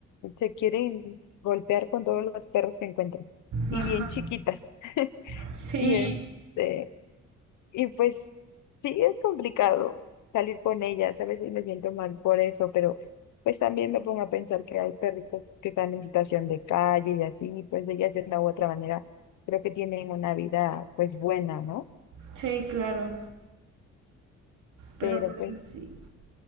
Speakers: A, on the left; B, on the right.
A: se quieren golpear con todos los perros que encuentran. Y
B: Ajá,
A: bien chiquitas. <laughs>
B: sí,
A: Y este, y pues sí, es complicado salir con ellas. A veces me siento mal por eso, pero pues también me pongo a pensar que hay perritos que están en situación de calle y así, y pues ellas de una u otra manera creo que tienen una vida pues buena, ¿no?
B: sí, claro, pero
A: Pero pues
B: pues sí.